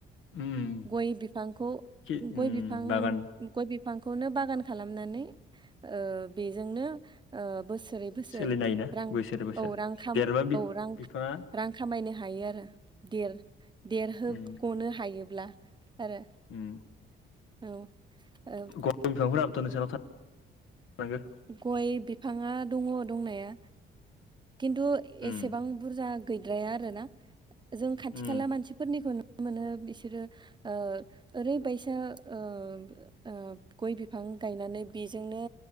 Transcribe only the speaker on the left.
उम
खि उम
बागान
सोलिनो हायोना
बोसोर बोसोर
देरबा बि
बिफाङा
उम
उम
गय बिफांफोराबोथ' नोंसानाव थानांगो
उम
उम